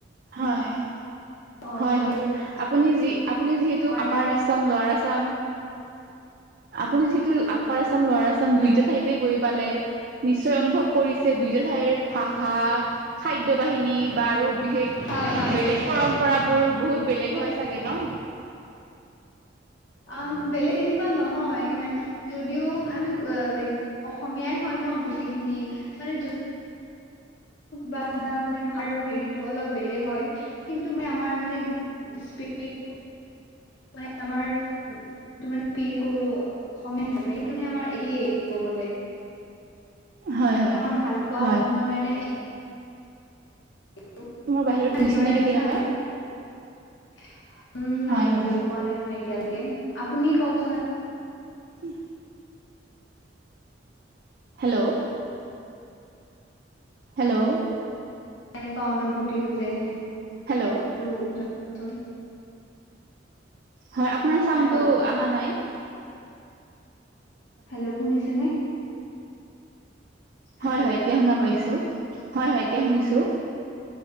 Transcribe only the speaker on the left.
অ
চবে
তোমাৰ
মানে
হয় হয়
অ', বেলেগ তেনেকুৱা নহয় মানে যদিও আমি ল অসমীয়াই হয়, ন' গোটেইখিনি মানে বা এটা মানে হেৰিটো অলপ বেলেগ হয় কিন্তু মই আমাৰ মানে স্পিৰিট মানে আমাৰ সেইটো মানে ফিল কৰো অসমীয়া হিচাপে সেইটো আমাৰ একেই কব গলে
আমাৰ ভাল পোৱা
অসমৰ কাৰণে এছ একো
ডিফাৰেঞ্চ
নাই উম, নাই
গৈ পোৱা নাই মই এতিয়ালৈকে আপুনি কওকচোন
এনেকুৱা অনুভূতি হৈছে স
সেইটো জনাব চুন
হয়
হেল্ল' শুনিছে নে? হেল্ল'